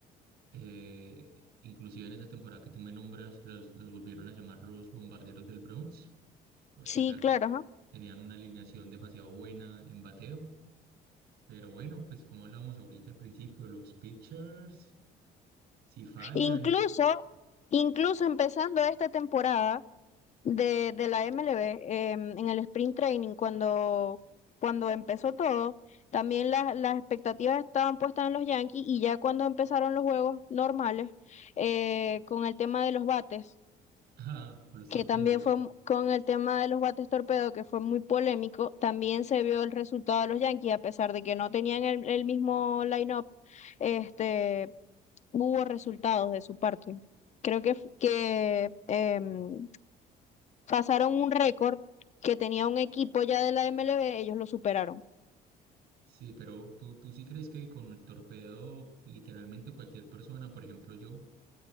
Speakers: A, on the right; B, on the left.
A: Eh, inclusive en esa temporada que tú me nombras, los, los volvieron a llamar los bombarderos del Bronx, porque
B: Sí,
A: en ra-
B: claro, ajá.
A: tenían una alineación demasiado buena en bateo. Pero bueno, pues como hablábamos ahorita al principio, los pitchers, si fallan,
B: Incluso, incluso empezando esta temporada de, de la MLB, em, en el sprint training, cuando, cuando empezó todo, también las las expectativas estaban puestas en los Yankees y ya cuando empezaron los juegos normales, eh, con el tema de los bates
A: <laughs> ah, con los
B: que
A: torpedos.
B: también fue mu- con el tema de los bates torpedo, que fue muy polémico, también se vio el resultado de los Yankees, a pesar de que no tenían el, el mismo line-up, este, hubo resultados de su parte. Creo que, f- que em, pasaron un récord que tenía un equipo ya de la MLB, ellos lo superaron.
A: Sí, pero ¿tú, tú sí crees que con el torpedo, literalmente cualquier persona, por ejemplo yo,